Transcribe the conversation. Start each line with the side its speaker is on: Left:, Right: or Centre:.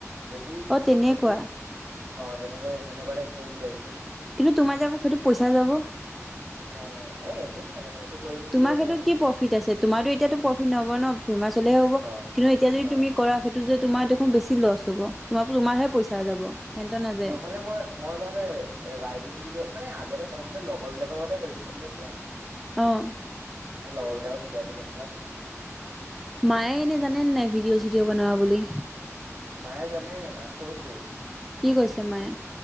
Right: যদি
Centre: অ তেনেকুৱা
Right: আকৌ যে অ যেনেকৈ সেনেকুৱাতে কৰিম বুলি ভাবিছোঁ
Centre: কিন্তু তোমাৰ যাব সেইটো পইচা যাব
Right: অ এ একো নাই মানে সেইটো কৰিম
Centre: তোমাৰ
Right: বুলি ভাবিছো
Centre: ক্ষেত্ৰত কি প্ৰফিট আছে তোমাৰতো এতিয়াতো প্ৰফিট নহব ন হিমাচলেহে হ'ব
Right: অ
Centre: কিন্তু এতিয়া যদি
Right: অ
Centre: তুমি কৰা যে তোমাৰ দেখোন বেছি লছ হব তোমাকো তোমাৰহে পইচা যাব সিহঁতৰ নাযায়
Right: ন'হলে মই মই নহলে ৰাইডিং ভডিঅ' মানে আগতে প্ৰথমতে লগৰ বিলাকৰ মতে কৰিম গম পাইছা
Centre: অহ
Right: লগৰবিলাকক শিকাই দিম অকমান
Centre: মায়ে এনে জানেনে নাই ভিডিঅ' চিডিঅ' বনাৱা বুলি
Right: মায়ে জানে মাক কৈছোঁ
Centre: কি কৈছে মায়ে?